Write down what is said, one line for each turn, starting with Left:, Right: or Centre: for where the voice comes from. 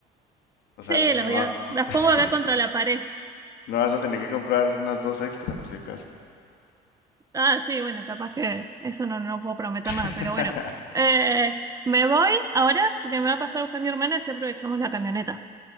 Right: Sí,
Left: O sea, no,
Right: las voy a,
Left: no,
Right: las pongo
Left: <laughs>
Right: acá contra la pared.
Left: no vas a tener que comprar unas dos extra por si acaso.
Right: Ah, sí, bueno, capaz que eso no, no puedo prometer
Left: <laughs>
Right: nada, pero bueno. Eh, me voy ahora porque me va a pasar a buscar mi hermana y si aprovechamos la camioneta.